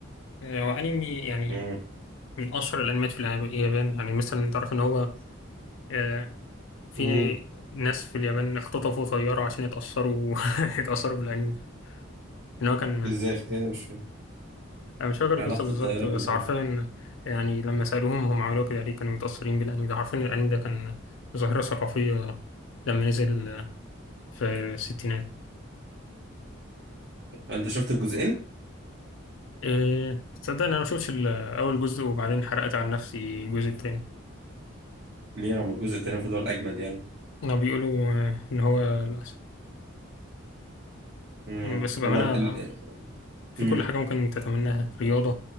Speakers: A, on the left; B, on the right.
A: آه، وأنمي يعني
B: امم
A: من أشهر الأنميات في اليابان يعني مثلا تعرف إن هو آه، في
B: امم
A: ناس في اليابان اختطفوا طيارة عشان يتأثروا <laughs> يتأثروا بالأنمي ده إن هو كان
B: ازاي ايه مش فاهم
A: أنا مش فاكر
B: علاقة
A: القصة بالظبط
B: الطيارة
A: بس
B: بالانمي
A: عارفين يعني لما سألوهم هم عملوه كده ليه كانوا متأثرين بالأنمي ده عارفين الأنمي ده كان ظاهرة ثقافية لما نزل في الستينات
B: انت شفت الجزئين؟
A: إيه تصدق إن أنا مشوفش ال- أول جزء وبعدين حرقت على نفسي الجزء التاني
B: ليه رغم الجزء التاني المفروض هو الاجمد يعني
A: هما بيقولوا آه، إن هو الأحسن
B: امم
A: بس بأمانة
B: هو ال... ال...
A: في
B: امم
A: كل حاجة ممكن تتمناها رياضة